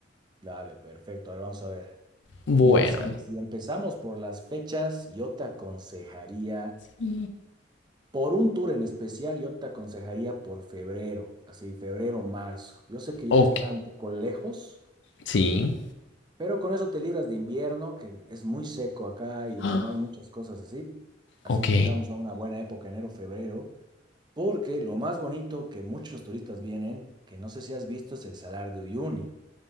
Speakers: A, on the right; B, on the left.
A: Dale, perfecto, a ver, vamos a ver.
B: Bueno,
A: Mira, si, a- si empezamos por las fechas, yo te aconsejaría,
B: Sí.
A: por un tour en especial, yo te aconsejaría por febrero, así, febrero, marzo. Yo sé que
B: ok.
A: ya está un poco lejos
B: Sí,
A: Pero con eso te libras de invierno, que es muy seco acá y
B: <gasps>
A: no hay muchas cosas así. Así
B: ok.
A: que entramos a una buena época, enero, febrero, porque lo más bonito que muchos turistas vienen, que no sé si has visto, es el Salar de Uyuni.